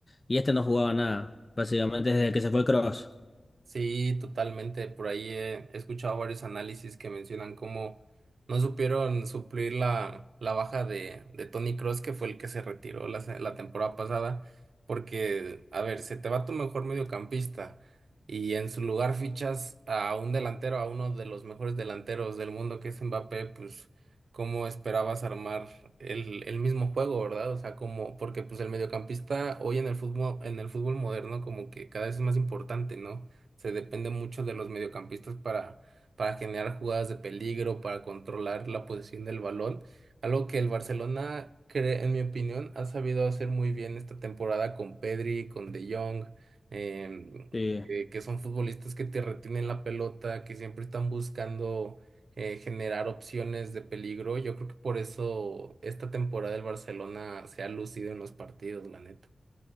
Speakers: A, on the left; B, on the right.
A: y este no jugaba nada, básicamente desde que se fue Cross
B: Sí, totalmente. Por ahí he, he escuchado varios análisis que mencionan cómo no supieron suplir la, la baja de, de Tony Cross que fue el que se retiró la, se- la temporada pasada, porque, a ver, se te va tu mejor mediocampista y en su lugar fichas a un delantero, a uno de los mejores delanteros del mundo que es Mbappé, pues, ¿cómo esperabas armar el, el mismo juego, verdad? O sea, como, porque pues el mediocampista hoy en el fútbol, en el fútbol moderno como que cada vez es más importante, ¿no? Se depende mucho de los mediocampistas para, para generar jugadas de peligro, para controlar la posición del balón. Algo que el Barcelona, cre- en mi opinión, ha sabido hacer muy bien esta temporada con Pedri, con De Jong, em,
A: Sí.
B: eh, que son futbolistas que te retienen la pelota, que siempre están buscando eh, generar opciones de peligro. Yo creo que por eso esta temporada el Barcelona se ha lucido en los partidos, la neta.